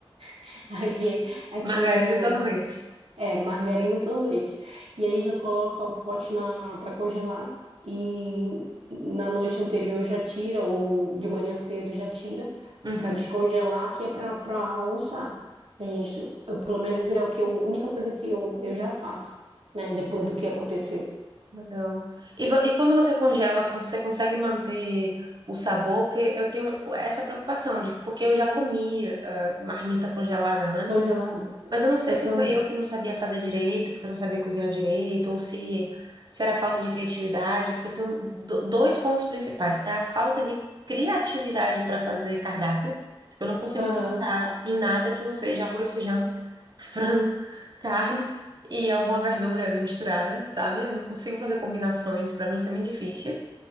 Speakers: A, on the right; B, on the right.
A: <laughs> aqui, aqui
B: Margarina
A: no,
B: e sorvete.
A: É, margarina e sorvete. E aí já coloca o pote na para congelar e na noite anterior já tira ou de manhã cedo já tira
B: Uhum.
A: para descongelar, que é para para almoçar. A gente, eu- pelo menos é o que eu, a única coisa que eu, eu já faço, né, depois do que aconteceu.
B: Legal. E, vo- e quando você congela, con- você consegue manter o sabor? Porque eu tenho essa preocupação de porque eu já comi ah, marmita congelada antes.
A: Congelada.
B: Mas eu não sei
A: Eu
B: se
A: também.
B: foi eu que não sabia fazer direito, porque eu não sabia cozinhar direito, ou se, se era falta de criatividade, porque eu tenho do- dois pontos principais. É a falta de criatividade para fazer cardápio. Tipo, Eu não consigo
A: Aham.
B: pensar em nada que não seja arroz, feijão, <laughs> frango, carne e alguma verdura ali misturada, sabe? Eu não consigo fazer combinações, para mim isso é muito difícil.